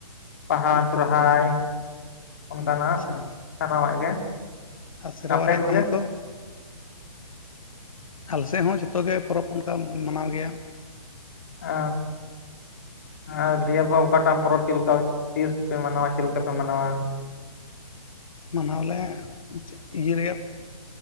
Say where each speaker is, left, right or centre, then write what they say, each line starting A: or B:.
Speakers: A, on the left; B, on the left.
A: ᱵᱟᱦᱟ
B: ᱡᱚᱛᱚ
A: ᱥᱚᱨᱦᱟᱭ ᱚᱱᱠᱟᱱᱟᱜ
B: ᱟᱪᱪᱷᱟ
A: ᱥᱟᱱᱟᱢᱟᱜ ᱜᱮ
B: ᱟᱨ ᱥᱮᱨᱣᱟ
A: ᱟᱯᱮ
B: ᱨᱮᱭᱟᱜ
A: ᱠᱚᱜᱮ
B: ᱠᱟᱹᱢᱤ ᱠᱚ? ᱟᱞᱮᱥᱮᱫ ᱦᱚᱸ ᱡᱷᱚᱛᱚ ᱜᱮ ᱯᱚᱨᱚᱵᱽ ᱚᱱᱠᱟ ᱢᱟᱱᱟᱣ ᱜᱮᱭᱟ᱾
A: ᱚ, ᱟᱨ ᱫᱤᱭᱟᱹ ᱯᱚ ᱚᱠᱟᱴᱟᱜ ᱯᱚᱨᱚᱵᱽ ᱪᱮᱫ ᱞᱮᱠᱟ ᱛᱤᱥ ᱯᱮ ᱢᱟᱱᱟᱣᱟ ᱪᱮᱫ ᱞᱮᱠᱟ ᱯᱮ ᱢᱟᱱᱟᱣᱟ?
B: ᱢᱟᱱᱟᱣᱞᱮ ᱤᱭᱟᱹ